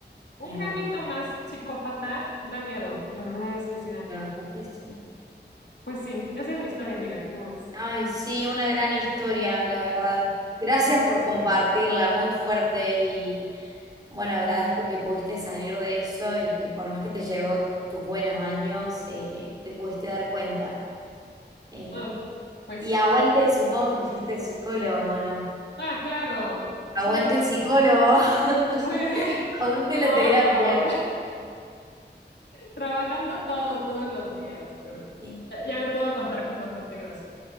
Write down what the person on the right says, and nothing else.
Es
verdad.
La verdad que sí.
Ay, sí, una gran historia, la verdad. Gracias por compartirla, muy fuerte y bueno, agradezco que pudiste salir de eso y que por más que te llevó tus buenos años, eh, te pudiste dar cuenta. Eh,
y aguante, supongo que fuiste el psicólogo, ¿o ¿no?
Aguante
el psicólogo, <laughs>
aguante
la terapia.
Y-